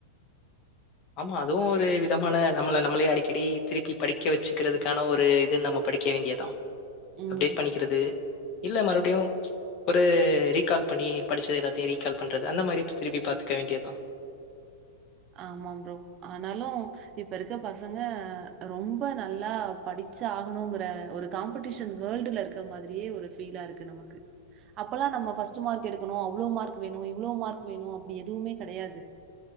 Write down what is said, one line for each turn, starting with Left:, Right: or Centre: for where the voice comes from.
Left: ஆமா அதுவு ஒரு விதமான நம்மள நம்மளே அடிக்கடி திருப்பி படிக்க வச்சுக்கிறதுக்கான ஒரு இது நம்ம படிக்க வேண்டிய தா
Right: ம்
Left: அப்டேட் பண்ணிக்கிறது இல்ல மறுபடியு ஒரு ரீகால் பண்ணி படிச்சது எல்லாத்தையு ரீகால் பண்றது அந்த மாதிரி திருப்பி பாத்துக்க வேண்டியதா
Right: ஆமாம் ப்ரோ ஆனாலு இப்ப இருக்க பசங்க ரொம்ப நல்லா படிச்சு ஆகணுங்கிற ஒரு காம்படிஷன் வேல்ட்ல இருக்க மாதிரியே ஒரு பீலா இருக்கு நமக்கு அப்பெல்லா நம்ம ஃபஸ்ட்டு மார்க் எடுக்கனு அவ்ளோ மார்க் வேணு இவ்ளோ மார்க் வேணு அப்டி எதுவுமே கெடையாது